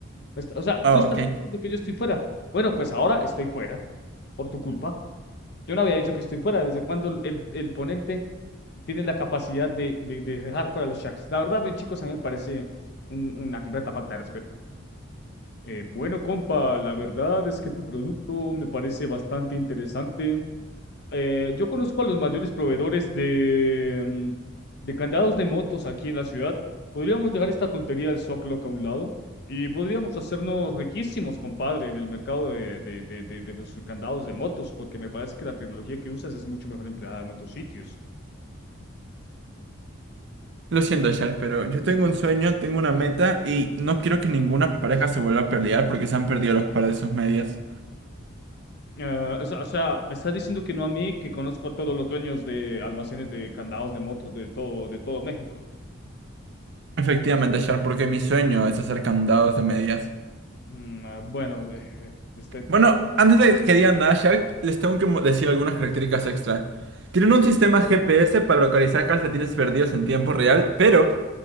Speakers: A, on the left (about 50°); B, on the right (about 55°).
A: Est- O sea,
B: Ah,
A: tú estás
B: ok.
A: asumiendo que yo estoy fuera. Bueno, pues ahora estoy fuera, por tu culpa. Yo no había dicho que estoy fuera. ¿Desde cuando el, el ponente tiene la capacidad de, de- de dejar fuera a los Sharks? La verdad, bien, chicos, a mí me parece un- una completa falta de respeto. Eh, bueno, compa, la verdad es que tu producto me parece bastante interesante. eh, yo conozco a los mayores proveedores de, mm, de candados de motos aquí en la ciudad. Podríamos dejar esta tontería del Zocloc a un lado y podríamos hacernos riquísimos, compadre, en el mercado de, de, de, de, de los candados de motos, porque me parece que la tecnología que usas es mucho mejor empleada en otros sitios.
B: Lo siento, Shark, pero yo tengo un sueño, tengo una meta y no quiero que ninguna pareja se vuelva a pelear porque se han perdido los pares de sus medias.
A: Ah, o sea, o sea, me estás diciendo que no a mí, que conozco a todos los dueños de almacenes de candados de motos de todo, de todo México.
B: Efectivamente, Shark, porque mi sueño es hacer candados de medias.
A: Mm, ah, bueno, <laughs> eh, este,
B: Bueno, antes de que digan nada, Shark, les tengo que mo- decir algunas características extra. Tienen un sistema GPS para localizar calcetines perdidos en tiempo real, pero